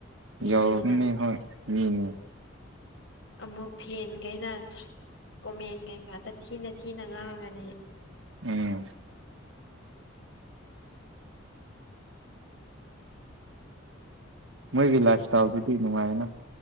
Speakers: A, on the left; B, on the right.
A: ꯃꯤꯅꯤꯅ
B: ꯌꯧꯔꯝꯅꯤ ꯍꯣꯏ ꯃꯤꯅꯦ
A: ꯑꯃꯨꯛ ꯐꯦꯟꯒꯩꯅ ꯁꯠ ꯀꯣꯃꯦꯟ ꯀꯩꯀꯥꯗ ꯊꯤꯅ ꯊꯤꯅ ꯉꯥꯡꯉꯅꯤ
B: ꯎꯝ ꯃꯣꯏꯒꯤ ꯂꯥꯐ꯭ꯏꯁꯇꯥꯜ ꯗꯨꯗꯤ ꯅꯨꯡꯉꯥꯏꯅ